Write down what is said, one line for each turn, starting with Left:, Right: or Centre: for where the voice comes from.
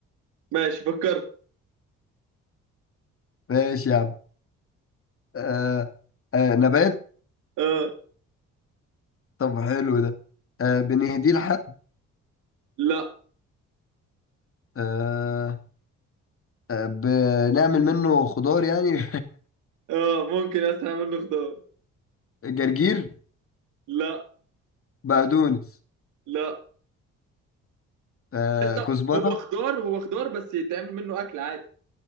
Right: ماشي فكرت
Left: ماشي يا عم آه آه نبات
Right: آه...
Left: طب حلو ده آه بنهديه لحد
Right: لا
Left: آه آه بنعمل منه خضار يعني
Right: آه... ممكن استنى منه خضار
Left: <laughs> جرجير
Right: لا
Left: بقدونس
Right: لا
Left: آه
Right: لسه
Left: كزبرة
Right: هو خضار هو خضار بس يتعمل منه اكل عادي